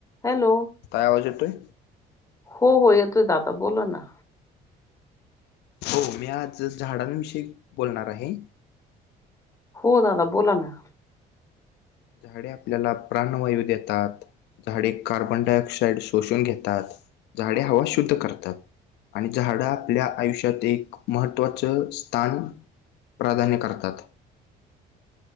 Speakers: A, on the left; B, on the left.
A: Hello
B: काय आवाज येतोय.
A: हो हो येतोय दादा बोला ना.
B: हो मी आज झाडांविषयी बोलणार आहे.
A: हो दादा बोला ना.
B: झाडे आपल्याला प्राणवायू देतात. झाडे कार्बन डाय ऑक्साइड शोषून घेतात झाडे हवा शुद्ध करतात. आणि झाडं आपल्या आयुष्यात एक महत्त्वाचं स्थान प्राधान्य करतात.